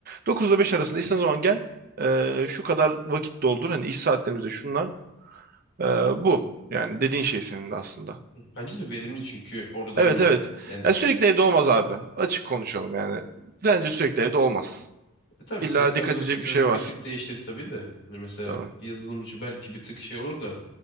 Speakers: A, on the right (about 40°); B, on the left (about 55°).
A: 9 ile 5 arasında istediğin zaman gel. Ee, şu kadar vakit doldur. Hani iş saatlerimizde şunlar. Ee, bu. Yani dediğin şey senin de aslında.
B: Bence de verimli çünkü orada
A: Evet
B: hani
A: evet.
B: yani
A: Ya sürekli evde olmaz abi. Açık konuşalım yani. Bence sürekli evde olmaz.
B: e, tabii
A: İlla
B: sektörden
A: dikkat edecek
B: sektöre
A: bir şey
B: de
A: var.
B: bir tık değişir tabii de. Hani mesela
A: Tabii.
B: yazılımcı belki bir tık şey olur da